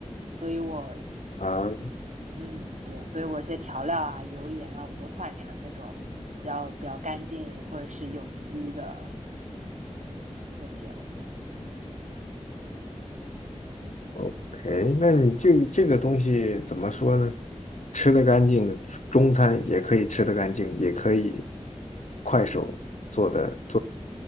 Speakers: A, on the right (about 80°); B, on the left (about 75°).
A: 所以我
B: 啊。
A: 嗯对，所以我一些调料啊、油盐啊，我都换成那种比较比较干净或者是有机的那些了。
B: OK，那你这这个东西怎么说呢？吃得干净，中餐也可以吃得干净，也可以快手做的。